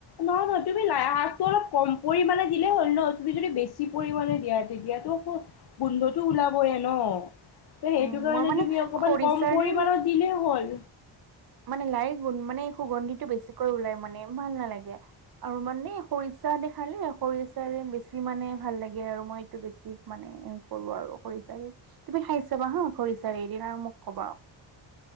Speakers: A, on the left; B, on the right.
A: নহয়-নহয় তুমি লাই শাক টো অলপ কম পৰিমাণে দিলেই হ'ল ন, তুমি যদি বেছি পৰিমাণে দিয়া তেতিয়াটো গোন্ধটো ওলাবয়ে ন ত সেইটো
B: উম,
A: কাৰণে
B: মোৰ মানে
A: তুমি অকমান
B: খৰিচাৰে
A: কম পৰিমাণত দিলেই হ'ল। হ'ল।
B: মানে লাই গুণ মানে সুগন্ধিতটো বেছিকৈ ওলাই মানে ভাল নালাগে। আৰু মানে খৰিচা দি খালে, খৰিচাৰে বেছি মানে ভাল লাগে আৰু মই এইটো বেছি মানে কৰো আৰু খৰিচাৰে। তুমি খাই চাবা হা খৰিচাৰে এদিন আৰু মোক কবা।